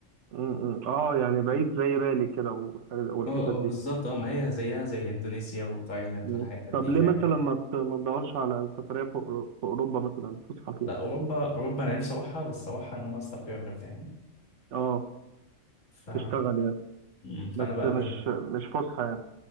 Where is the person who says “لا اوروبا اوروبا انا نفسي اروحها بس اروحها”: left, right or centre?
Left